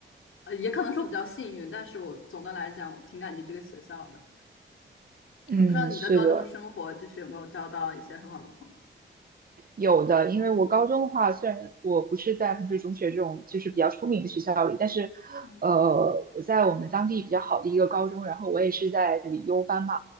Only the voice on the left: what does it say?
呃，也可能说我比较幸运，但是我总的来讲，我挺感激这个学校的。
我不知道你的高中生活就是有没有交到一些很好的朋友？
嗯